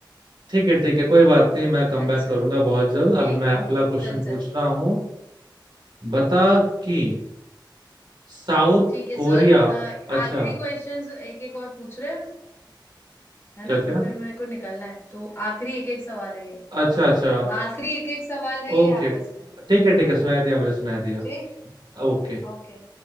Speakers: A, on the right; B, on the left.
A: ठीक है ठीक है कोई बात नहीं मैं कम
B: अच्छा
A: बैक करूंगा बहुत जल्द
B: ठीक
A: अभी मैं
B: है
A: अगला क्वेश्चन
B: चल चल
A: पूछ रहा हूँ बता कि साउथ
B: ठीक है
A: कोरिया
B: सुन अ,
A: अच्छा
B: आखिरी क्वेश्चंस एक एक और पूछ रहे है
A: क्या
B: ना
A: क्या
B: फिर मेरे को निकलना है तो आखिरी एक एक सवाल है ये
A: अच्छा अच्छा
B: आखिरी एक एक सवाल है ये
A: ओके
B: आपस में
A: ठीक है ठीक है सुनाई दिया मुझे सुनाई दिया
B: ठीक
A: ओके
B: ओके